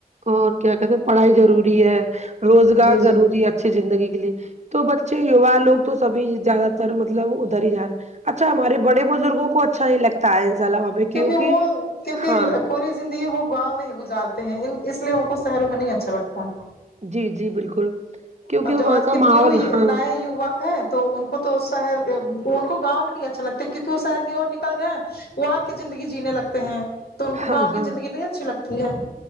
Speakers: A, on the right (about 45°); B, on the left (about 80°).
A: اور کیا کہتے ہیں پڑھائی ضروری ہے روزگار
B: جی
A: ضروری
B: جی
A: ہے اچھی زندگی کے لیے تو بچے یوا لوگ تو سبھی زیادہ تر مطلب ادھر ہی جا رہے ہیں اچھا ہمارے بڑے بزرگوں کو اچھا ہی لگتا ہے
B: کیوںکہ
A: کیونکہ
B: وہ کیونکہ
A: ہاں
B: پوری زندگی وہ گاؤں میں ہی گزا رتے ہیں اس لیے ان کو شہروں میں نہیں اچھا لگتا
A: جی جی بالکل کیونکہ
B: اور
A: وہاں
B: جو آج
A: کا
B: کے نیو
A: ماحول ہاں
B: نئے یووک ہیں تو ان کو تو شہر ان کو گاؤں میں نہیں اچھا لگتا کیونکہ وہ شہر کی اور نکل گئے ہیں وہاں کی زندگی جینے لگتے ہیں تو ان کو
A: ہاں
B: گاؤں کی
A: ہاں
B: زندگی نہیں اچھی لگتی ہے